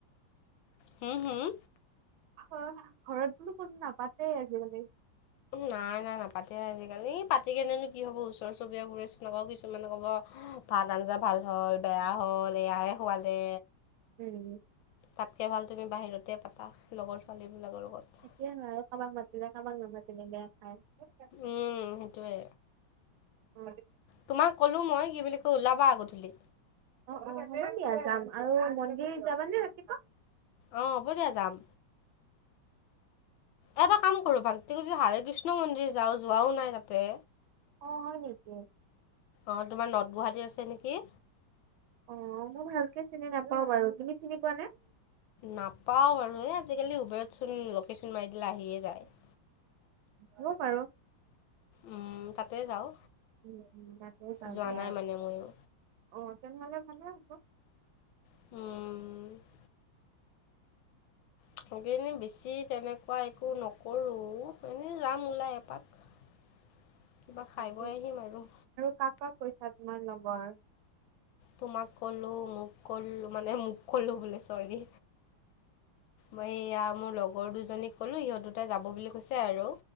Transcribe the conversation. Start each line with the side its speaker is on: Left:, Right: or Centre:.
Left: হম-হম,।
Right: অ', ঘৰত বোলোঁ কোনো নাপাতেই আজিকালি।
Left: নাই-নাই, নাপাতে আজিকালি, পাতি কেনেনো কি হ'ব ওচৰ- চুবুৰীয়াবোৰেচোন আকৌ কিছুমানে ক'ব হি ভাত-আঞ্জা ভাল হ'ল, বেয়া হ'ল। বেয়ায়ে খুৱালে,
Right: উম,
Left: তাতকে ভাল তুমি বাহিৰতে পাতা, লগৰছ পোৱালীবিলাকৰ লগত।
Right: কিহেনু আৰু কাবাক মাতিলে কাবাক নামাতিলে বেয়া পায়।
Left: উম', সেইটোৱে।
Right: অ',
Left: তোমাক ক'লোঁ মই কি বুলি কয় ওলাবা গধূলি!
Right: অ' অ' হ'ব দিয়া যাম আৰু মন্দিৰ যাবানে ৰাতিপুৱা?
Left: অ', হ'ব দিয়া যাম। এটা কাম কৰো ভাল, তুয়ি যি হাৰে কৃষ্ণ মন্দিৰ যাওঁ যোৱাও নাই তাতে।
Right: অঁ হয় নেকি?
Left: অ', তোমাৰ নত গুৱাহাটীত আছে নেকি?
Right: অ', মই ভালকে চিনি নাপাও বাৰু, তুমি চিনি পোৱানে?
Left: নাপাওঁ বাৰু এ' আজিকালি উবেৰতচোন লকেচন মাৰি দিলে আহিয়ে যায়।
Right: হয় বাৰু।
Left: উম' তাতে যাওঁ।
Right: উম উম তাতে যাওঁ
Left: যোৱা
Right: দিয়া।
Left: নাই মানে ময়ো
Right: অ', তেনেহ'লে ভালে হ'ব।
Left: উম্। শেগেনে বেছি তেনেকুৱা একো নক- কৰো, এনেই যাম ওলাই এপাক। কিবা
Right: বাকী
Left: খাই-ব‌ই আহিম আৰু।
Right: কাক কাক কৈছা তোমাৰ লগৰ?
Left: তোমাক কলো, মোক কলো মানে মোক কলো বোলে ছৰি। মই এয়া মোৰ লগৰ দুজনীক ক'লো সিহঁত দুটাই যাব বুলি কৈছে আৰু।